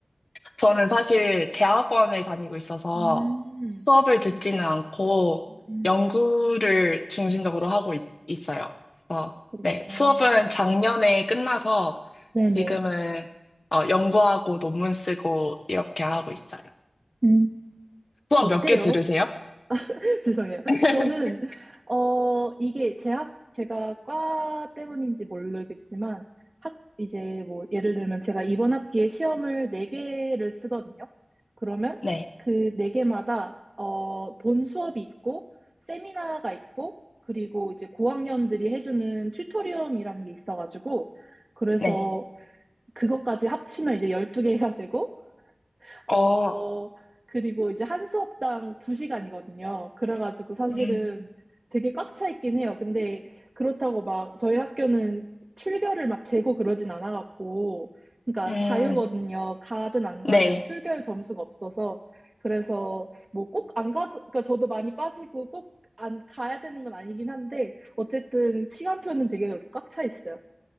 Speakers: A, on the left; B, on the right.
A: 저는 사실 대학원을 다니고 있어서
B: 음,
A: 수업을 듣지는 않고
B: 음,
A: 연구를 중심적으로 하고 있, 어요 그래서,
B: 그렇구나.
A: 네, 수업은 작년에 끝나서
B: 네네.
A: 지금은 어, 연구하고 논문 쓰고 이렇게 하고 있어요.
B: 음,
A: 수업
B: 어때요?
A: 몇 개 들으세요?
B: <laughs> 죄송해요.
A: <laughs>
B: 저는, 어, 이게 제 학, 제가 과 때문인지 모르겠지만, 학, 이제 뭐, 예를 들면 제가 이번 학기에 시험을 네개를 쓰거든요. 그러면
A: 네,
B: 그 네개마다 어, 본 수업이 있고, 세미나가 있고, 그리고 이제 고학년들이 해주는 튜토리엄이라는 게 있어가지고, 그래서
A: 네.
B: 그것까지 합치면 이제 12개가 되고, 어,
A: 어,
B: 그리고 이제 한 수업당 두시간이거든요 그래가지고 사실은
A: 음,
B: 되게 꽉 차 있긴 해요. 근데 그렇다고 막 저희 학교는 출결을 막 재고 그러진 않아갖고, 그러니까
A: 음.
B: 자유거든요. 가든 안 가든
A: 네.
B: 출결 점수가 없어서. 그래서 뭐 꼭 안 가도, 그러니까 저도 많이 빠지고 꼭 안 가야 되는 건 아니긴 한데, 어쨌든 시간표는 되게 그렇게 꽉 차 있어요.